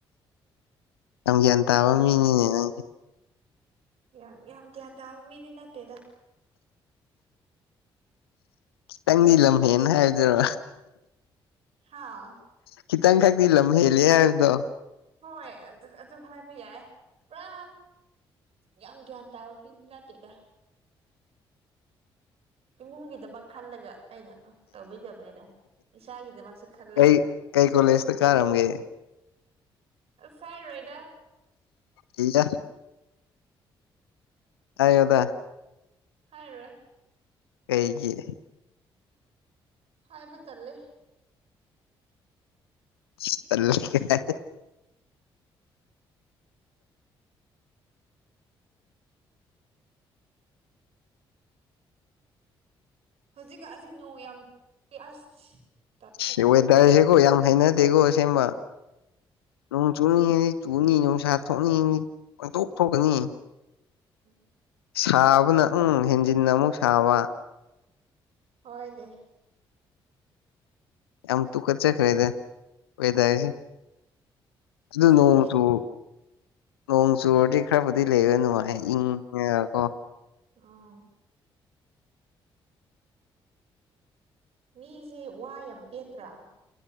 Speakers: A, on the left; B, on the right.
A: ꯌꯥꯝ ꯒ꯭ꯌꯥꯟ ꯇꯥꯕ ꯃꯤꯅꯤꯅꯦꯅ
B: ꯌꯥꯝ ꯌꯥꯝ ꯒ꯭ꯌꯥꯟ ꯇꯥꯕ ꯃꯤꯗꯤ ꯅꯠꯇꯦꯗ꯫
A: ꯈꯤꯇꯪꯗꯤ ꯂꯝꯍꯦꯟ ꯍꯥꯏꯗꯨꯔ
B: ꯍꯥꯥ
A: ꯈꯤꯇꯪ ꯈꯛꯇꯤ ꯂꯝ ꯍꯦꯜꯂꯦ ꯍꯥꯏꯕꯗꯣ
B: ꯍꯣꯏ ꯑꯗꯨ ꯑꯗꯨ ꯍꯥꯏꯕ ꯌꯥꯏ ꯄꯨꯔꯥ ꯌꯥꯝ ꯒ꯭ꯌꯥꯟ ꯇꯥꯕ ꯃꯤꯗꯤ ꯅꯠꯇꯦꯗ ꯏꯃꯨꯡꯒꯤꯗꯃꯛ ꯈꯜꯂꯒ ꯑꯩꯅ ꯇꯧꯕꯤꯗꯕꯅꯤꯗ ꯏꯁꯥꯒꯤꯗꯃꯛꯁꯨ ꯈꯜꯂꯒ
A: ꯀꯩ ꯀꯩ ꯀꯣꯂꯦꯖꯇ ꯀꯥꯔꯝꯒꯦ <unintelligible>
B: ꯍꯥꯏꯔꯣꯏꯗ
A: ꯊꯗ ꯍꯥꯏꯌꯣꯗ
B: ꯍꯥꯏꯔꯣꯏ꯫
A: ꯀꯩꯒꯤ
B: ꯍꯥꯏꯕ ꯇꯜꯂꯦ
A: ꯏꯁ ꯇꯜꯂꯦ ꯀꯥꯌꯦ
B: ꯍꯧꯖꯤꯛ ꯀꯥꯟꯁꯦ ꯅꯣꯡ ꯌꯥꯝ ꯑꯁ ꯇꯜꯂꯦꯗ
A: ꯁꯤ ꯑꯣꯏꯋꯦꯗꯔꯁꯦꯒꯣ ꯌꯥꯝ ꯍꯅꯗꯦꯀꯣ ꯑꯁꯦꯡꯕ ꯅꯣꯡ ꯆꯨꯅꯤꯡꯉꯤꯗꯤ ꯆꯨꯅꯤ ꯅꯨꯡꯁꯥ ꯊꯣꯛꯅꯤꯡꯉꯤꯗꯤ ꯄꯪꯊꯣꯛ ꯊꯣꯛꯀꯅꯤ
B: ꯎꯝ
A: ꯁꯥꯕꯅ ꯎꯝ ꯍꯦꯟꯖꯤꯟꯅ ꯑꯃꯨꯛ ꯁꯥꯕ
B: ꯍꯣꯏꯅꯦ꯫
A: ꯌꯥꯝ ꯇꯨꯀꯠꯆꯈ꯭ꯔꯦꯗ ꯋꯦꯗꯔꯖꯦ
B: ꯎꯝ
A: ꯑꯗꯨ
B: ꯁꯤꯅꯤ
A: ꯅꯣꯡ ꯆꯨ ꯅꯣꯡ ꯆꯨꯔꯗꯤ ꯈꯔꯕꯨꯗꯤ ꯂꯩꯕ ꯅꯨꯡꯉꯥꯏ ꯏꯪ ꯀꯣ
B: ꯑꯥ ꯃꯤꯁꯦ ꯋꯥ ꯌꯥꯝ ꯄꯦꯠꯇ꯭ꯔꯥ